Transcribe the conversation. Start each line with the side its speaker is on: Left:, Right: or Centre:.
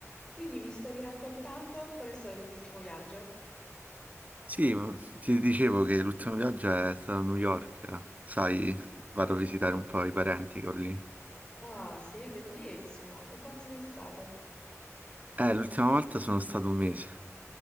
Left: Quindi mi stavi raccontando qual è stato il tuo ultimo viaggio?
Right: Sì, ma ti dicevo che l'ultimo viaggio è stato a New York, sai, vado a visitare un po' i parenti che ho lì.
Left: Ah, sì, bellissimo. E quanto sei stato?
Right: Eh, l'ultima volta sono stato un mese,